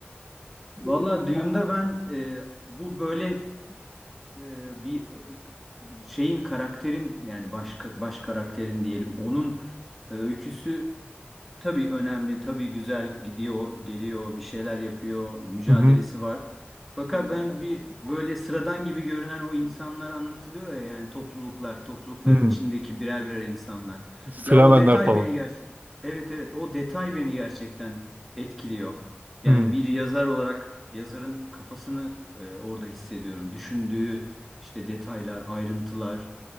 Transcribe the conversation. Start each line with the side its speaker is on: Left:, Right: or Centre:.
Centre: Vallahi Dune'da ben e, bu böyle e, bir şeyin karakterin yani baş, baş karakterin diyelim onun e, öyküsü Tabii önemli, tabii güzel gidiyor, geliyor, bir şeyler yapıyor, mücadelesi
Right: Hı hı.
Centre: var. Fakat ben bir böyle sıradan gibi görünen o insanlar anlatılıyor ya yani topluluklar, toplulukların
Right: Hı.
Centre: içindeki birer birer insanlar.
Right: Fremenler
Centre: Ya o detay
Right: falan.
Centre: beni gerçek. Evet evet o detay beni gerçekten etkiliyor. Yani
Right: Hı.
Centre: bir yazar olarak yazarın kafasını e, orada hissediyorum. Düşündüğü işte detaylar, ayrıntılar.